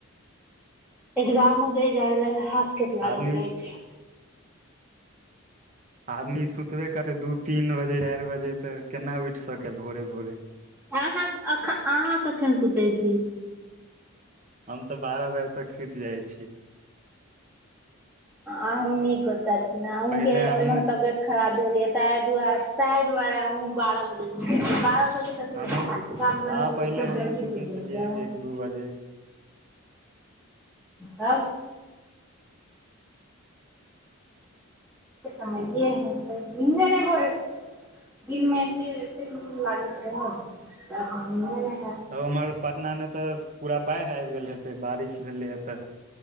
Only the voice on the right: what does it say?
आदमी
आदमी सुतबे करै दू तीन बजे चारि बजे तऽ केना उठि सकै भोरे भोरे
हम तऽ बारह बजे तक सुति जाइ छी
पहिले
हमहूँ
हमहूँ
हँ पहिले
हमहूँ
सुतै
छलियै
एक दू बजे
तब हमर पटनामे तऽ पूरा बाढ़ि आबि गेल हेतै बारिश भेलैए तऽ